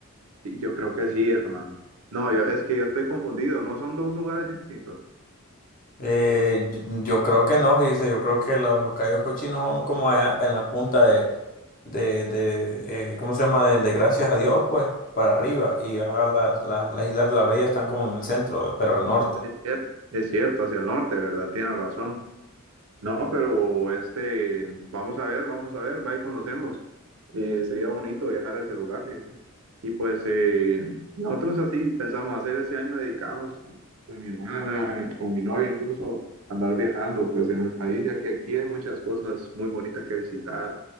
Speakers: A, on the right; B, on the left.
A: Sí, yo creo que sí, hermano. No, yo, es que yo estoy confundido. No son dos lugares distintos.
B: Eh, yo, yo creo que no, dice, yo creo que lo- los callos cochinos son como allá en la punta de, de, de eh, ¿cómo se llama? De, de Gracias a Dios, pues, para arriba, y ya las, las, las Islas de la Bella están como en el centro, pero al norte.
A: Es cierto, es cierto, hacia el norte, ¿verdad? Tiene razón. No, pero este, vamos a ver, vamos a ver, va y conocemos. Eh, sería bonito viajar a ese lugar, fíjese. Y pues eh, nosotros así pensamos hacer este año, dedicamos con mi hermana, eh, con mi novia incluso, andar viajando pues en el país, ya que aquí hay muchas cosas muy bonitas que visitar.